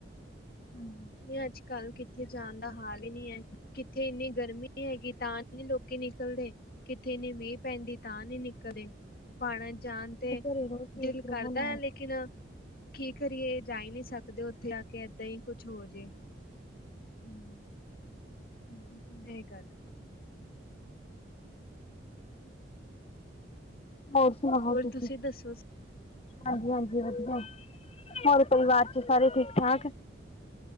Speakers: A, on the left; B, on the left.
A: <inaudible>
B: ਨੀ ਅੱਜ ਕੱਲ੍ਹ ਕਿੱਥੇ ਜਾਣ ਦਾ ਹਾਲ ਹੀ ਨਹੀਂ ਹੈ। ਕਿੱਥੇ ਇੰਨੀ ਗਰਮੀ ਹੈਗੀ ਤਾਂ ਨਹੀਂ ਲੋਕੀ ਨਿਕਲਦੇ। ਕਿਥੇ ਇੰਨੀ ਮੀਂਹ ਪੈਂਦੀ ਤਾਂ ਨੀ ਨਿਕਲਦੇ ਪਹਾੜਾ ਚ ਜਾਣ ਤੇ
A: ਘਰੇ ਰਹੋ ਸੇਫ
B: ਦਿਲ ਕਰਦਾ
A: ਰਹੋ ਨਾਲ
B: ਹੈ ਲੇਕਿਨ ਕੀ ਕਰੀਏ ਜਾ ਹੀ ਨਹੀਂ ਸਕਦੇ ਉੱਥੇ ਆ ਕੇ ਏਦਾਂ ਹੀ ਕੁਛ ਹੋ ਜੇ।
A: ਹੂੰ ਹੂੰ।
B: ਇਹੀ ਗੱਲ।
A: ਹੋਰ ਸੁਣਾਓ
B: ਹੋਰ
A: ਤੁਸੀਂ।
B: ਦੱਸੋ
A: ਹਾਂਜੀ ਹਾਂਜੀ ਵਧੀਆ ਹੋਰ ਪਰਿਵਾਰ ਚ ਸਾਰੇ ਠੀਕ ਠਾਕ